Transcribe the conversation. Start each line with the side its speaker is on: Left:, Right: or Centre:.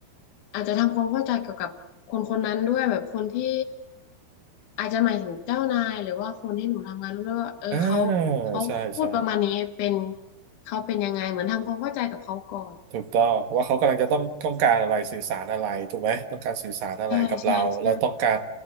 Left: อาจจะทำความเข้าใจเกี่ยวกับคนคนนั้นด้วยแบบคนที่อาจจะหมายถึงเจ้านายหรือว่าคนที่หนูทำงานร่วมด้วยว่าเออเขาเขาพูดประมาณนี้เป็น
Right: อ่าใช่ใช่
Left: เขาเป็นยังไงเหมือนทำความเข้าใจกับเขาก่อน
Right: ถูกต้องว่าเขากำลังจะต้องต้องการอะไรสื่อสารอะไรถูกไหมต้องการสื่อสารอะไรกับเราแล้วต้องการ
Left: ใช่ใช่ใช่